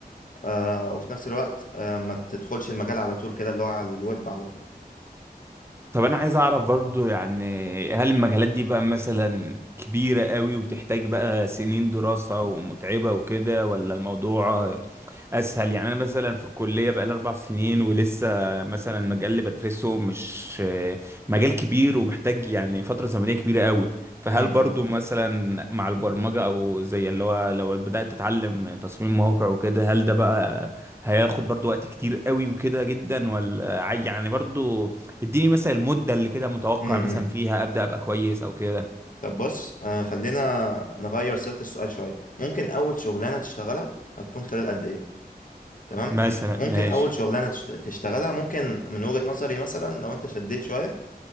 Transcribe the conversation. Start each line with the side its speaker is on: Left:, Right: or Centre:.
Left: آه وفي نفس الوقت آه ما تدخلش المجال على طول كده اللي هو على الويب على طول
Right: طب انا عايز اعرف برضو يعني هل المجالات دي بقى مثلا كبيرة قوي وتحتاج بقى سنين دراسة ومتعبة وكده ولا الموضوع اسهل يعني انا مثلا في الكليه بقى لي اربع سنين ولسه مثلا مجال اللي بدرسه مش مجال كبير ومحتاج يعني فتره زمنيه كبيره قوي فهل
Left: امم
Right: برضو مثلا مع البرمجه او زي اللي هو لو بدات تتعلم تصميم مواقع وكده هل ده بقى هياخد برضو وقت كتير قوي وكده جدا ولا ع- يعني برضو اديني مثلا المده اللي كده متوقع
Left: امم
Right: مثلا فيها ابدا ابقى كويس او كده
Left: طب بص آه خلينا نغير صيغة السؤال شوية ممكن أول شغلانة تشتغلها هتكون خلال قد إيه تمام
Right: مثلا
Left: ممكن
Right: ماشي
Left: أول شغلانة تشت- تشتغلها ممكن من وجهة نظري مثلا لو أنت شديت شوية